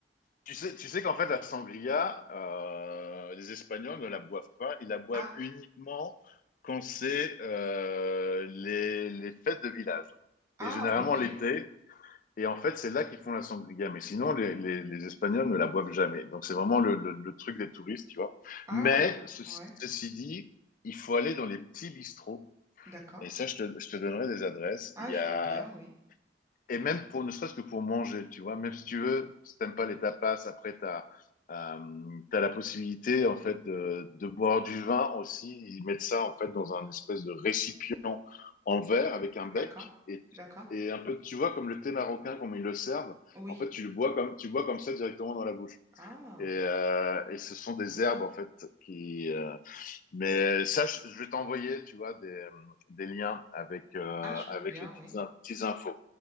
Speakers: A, on the left (about 45°); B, on the right (about 15°).
A: Tu sais, tu sais qu'en fait, la sangria, euh, les Espagnols ne la boivent pas. Ils la boivent
B: Ah,
A: uniquement quand c'est euh, les, les fêtes de village.
B: ah,
A: Et généralement
B: ok.
A: l'été. Et en fait, c'est là qu'ils font la sangria. Mais sinon, les, les, les Espagnols ne la boivent jamais. Donc, c'est vraiment le, le, le truc des touristes, tu vois.
B: Ah,
A: Mais ce-
B: ouais,
A: ceci dit, il faut aller dans les petits bistrots.
B: d'accord.
A: Et ça, je te, je te donnerai des adresses.
B: Ah,
A: Il y
B: je
A: a
B: veux bien, oui.
A: et même pour ne serait-ce que pour manger, tu vois, même si tu veux, si t'aimes pas les tapas, après t'as euh, t'as la possibilité en fait de, de boire du vin aussi. Ils mettent ça en fait dans un espèce de récipient en verre avec un
B: D'accord,
A: bec et
B: d'accord.
A: et un peu, tu vois, comme le thé marocain, comme ils le servent,
B: Oui.
A: en fait, tu le bois comme, tu bois comme ça directement dans la bouche.
B: Ah,
A: Et, euh, et ce sont des herbes, en fait, qui... euh, mais ça, je, je vais t'envoyer, tu vois, des, des liens avec, euh,
B: ah, je
A: avec
B: veux bien,
A: les petites,
B: oui.
A: in- petites infos.